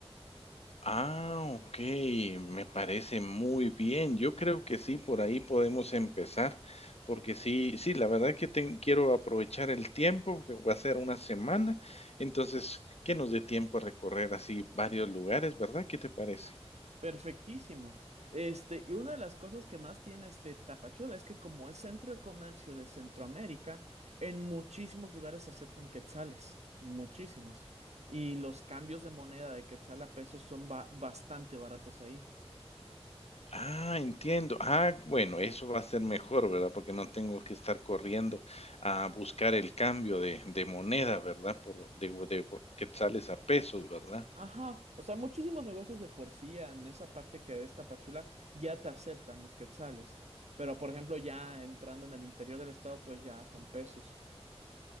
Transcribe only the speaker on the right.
Perfectísimo. Este, y una de las cosas que más tiene este Tapachula es que como es centro de comercio de Centroamérica, en muchísimos lugares aceptan quetzales, muchísimos. Y los cambios de moneda de quetzal a pesos son ba- bastante baratos ahí.
Ajá, o sea, muchísimos negocios de por sí en esa parte que es Tapachula ya te aceptan los quetzales, pero por ejemplo ya entrando en el interior del estado pues ya son pesos.